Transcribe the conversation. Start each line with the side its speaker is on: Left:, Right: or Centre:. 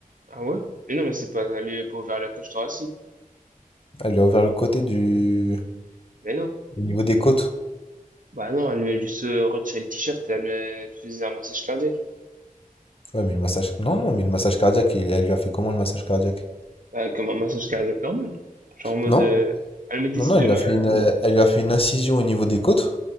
Right: Ah ouais? Mais non, mais c'est pas, elle lui a pas ouvert la cage thoracique.
Left: Elle lui a ouvert le côté du...
Right: Mais non.
Left: Au niveau des côtes.
Right: Bah non, elle lui a juste euh, retiré le t-shirt, elle, euh, elle faisait un massage cardiaque.
Left: Ouais, mais le massage... Non, non, mais le massage cardiaque, il- elle lui a fait comment le massage cardiaque?
Right: Bah, comme un massage cardiaque normal. Genre en mode,
Left: Non?
Right: euh, elle mettait
Left: Non,
Right: ses
Left: non,
Right: deux
Left: elle lui
Right: mains.
Left: a fait une, euh, elle lui a fait une incision au niveau des côtes,